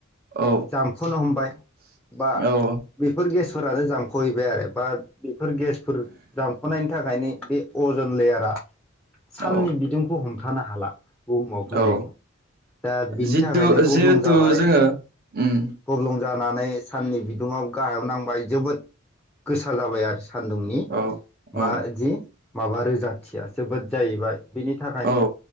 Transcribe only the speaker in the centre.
जामख'नो हमबाय बा
बेफोर गेस फोरानो जामख'हैबाय आरो बा बेफोर गेसफोर जामख'नायनि थाखायनो बे अजन लेयारा साननि
बिदुंखौ हम थानो हाला बुहुमाव फैनायखौ
दा बिनि
थाखायनो गब्लं
जाबाय
गब्लं जानानै साननि बिदुङाव गाहायाव नांबाय जोबोद गोसा जाबाय आरो सान्दुंनि
बा जि माबा रोजाथिया जोबोद जाहैबाय बेनि थाखायनो